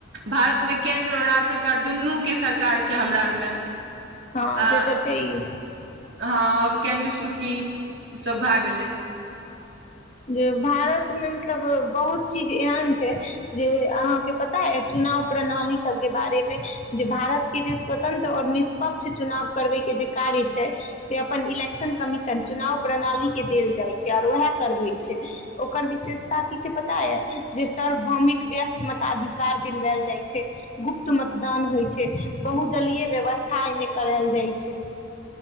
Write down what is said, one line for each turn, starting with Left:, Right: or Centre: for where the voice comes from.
Right: भारतमे केन्द्र आओर राज्य सरकार दुनूके सरकार छै हमरा आरमे
Left: हँ
Right: आ
Left: से तऽ छैयै।
Right: हँ और केन्द्र सूची ई सब भए गेलै।
Left: जे भारतमे मतलब बहुत चीज एहन छै जे अहाँके पता ये चुनाव प्रणाली सभके बारेमे जे भारतके जे स्वतंत्र आओर निष्पक्ष चुनाव करबैके जे कार्य छै से अपन इलेक्शन कमीशन चुनाव प्रणालीके देल जाइत छै आओर वैहै करबै छै ओकर विशेषता किछै पता यै जे सर्वभौमिक व्यस्क मताधिकार दिलवैल जाइ छै गुप्त मतदान होइ छै बहुदलीय व्यवस्था एहिमे करैल जाइ छै।